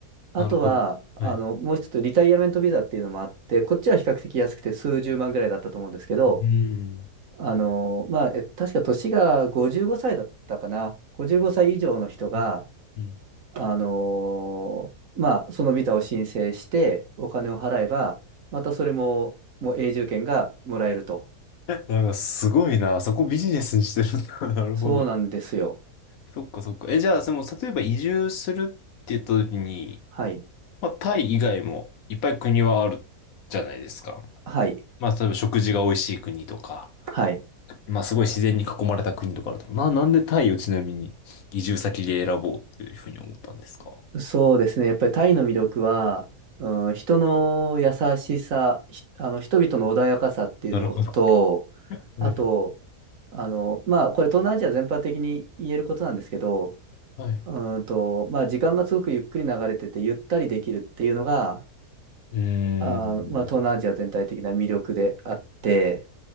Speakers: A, on the right; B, on the left.
A: あとは、
B: なるほど。
A: あの、
B: はい。
A: もう一つ、リタイアメントビザっていうのもあって、こっちは比較的安くて数十万ぐらいだったと思うんですけど、
B: うん。
A: あのーまあ、え確か年が55歳だったかな。55歳以上の人が、
B: うん。うん
A: あのーまあ、そのビザを申請して、お金を払えば、またそれも、もう永住権がもらえると。
B: <laughs> なんかすごいな。そこビジネスにしてるんだ。<laughs> なるほど。
A: そうなんですよ。
B: そっかそっか。え、じゃあ、その、例えば移住するって言った時に、
A: はい。
B: まあ、タイ以外もいっぱい国はあるじゃないですか。
A: はい。
B: まあ、例えば食事が美味しい国とか、
A: はい。
B: まあ、すごい自然に囲まれた国とかあると思う。な、なんでタイをちなみに移住先で選ぼうっていうふうに思ったんですか
A: そうですね。やっぱりタイの魅力は、うん、人の優しさ、ひあの、人々の穏やかさっていうのと、
B: なるほど。はい。
A: あと、あの、まあ、これ東南アジア全般的に言えることなんですけど、
B: はい。
A: うんと、まあ、時間がすごくゆっくり流れてて、ゆったりできるっていうのが、
B: うーん。
A: あー、まあ、東南アジア全体的な魅力であって、